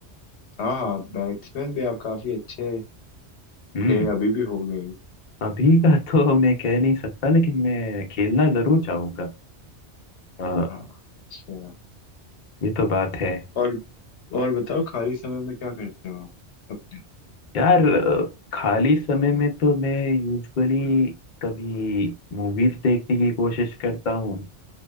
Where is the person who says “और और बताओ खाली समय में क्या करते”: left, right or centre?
Left